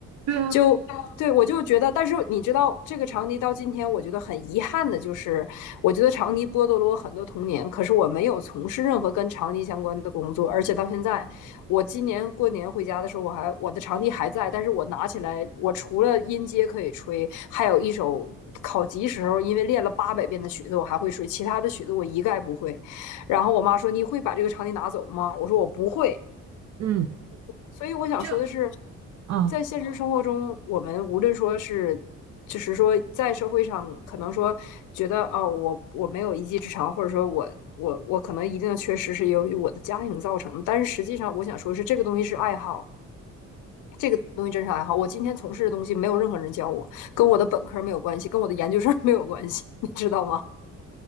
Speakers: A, on the right; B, on the left.
A: 对啊，
B: 就对我就觉得，但是你知道，这个长笛到今天，我觉得很遗憾的就是，我觉得长笛剥夺了我很多童年。可是我没有从事任何跟长笛相关的工作，而且到现在，我今年过年回家的时候，我还我的长笛还在，但是我拿起来，我除了音阶可以吹，还有一首考级时候因为练了八百遍的曲子，我还会吹，其他的曲子我一概不会。然后我妈说：“你会把这个长笛拿走吗？”我说：“我不会。”
A: 嗯，
B: 所以我想说的是，
A: 就啊。
B: 在现实生活中，我们无论说是，就是说在社会上，可能说觉得哦，我我没有一技之长，或者说我我我可能一定的缺失是由于我的家庭造成的。但是实际上，我想说是这个东西是爱好，这个东西真是爱好。我今天从事的东西没有任何人教我，跟我的本科没有关系，跟我的研究生没有关系，你知道吗？